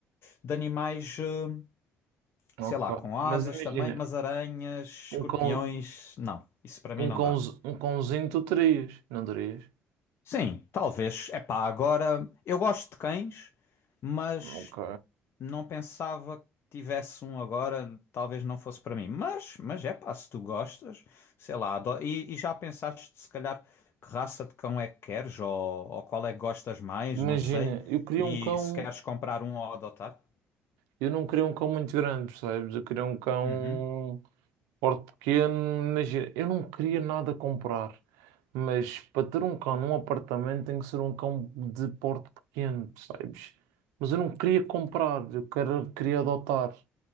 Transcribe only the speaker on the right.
ok.
Mas imagina,
um
cão,
um
cão,
um cãozinho tu terias, não terias?
Ok.
Imagina,
eu queria
um cão,
eu não queria um cão muito grande, percebes? Eu queria um cão
porte pequeno, imagina, eu não queria nada comprar, mas para ter um cão num apartamento tem que ser um cão de porte pequeno, percebes? Mas eu não queria comprar, eu quero, queria adotar.